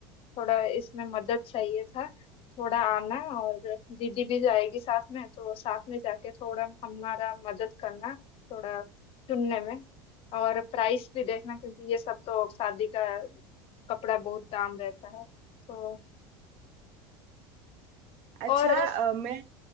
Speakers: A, on the left; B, on the right.
A: थोड़ा इसमें मदद चाहिए था थोड़ा आना और दीदी भी जाएगी साथ में तो साथ में जाके थोड़ा हमारा मदद करना थोड़ा चुनने में और प्राइस भी देखना क्योंकि ये सब तो शादी का कपड़ा बहुत दाम रहता है तो
B: अच्छा
A: और ऐस-
B: अ, मैं